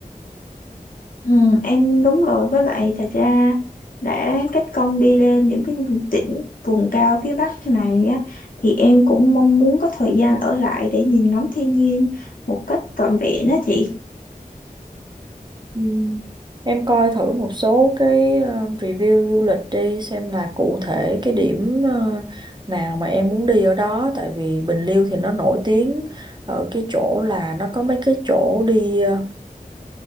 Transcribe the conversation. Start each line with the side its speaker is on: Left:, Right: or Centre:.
Left: Ừ, em đúng rồi với lại thật ra đã kết công đi lên những cái tỉnh vùng cao phía Bắc này á thì em cũng mong muốn có thời gian ở lại để nhìn ngắm thiên nhiên một cách trọn vẹn á chị
Right: Ừm, Em coi thử một số cái ờ, review du lịch đi xem là cụ thể cái điểm ờ, nào mà em muốn đi ở đó tại vì Bình Liêu thì nó nổi tiếng ở cái chỗ là nó có mấy cái chỗ đi ờ,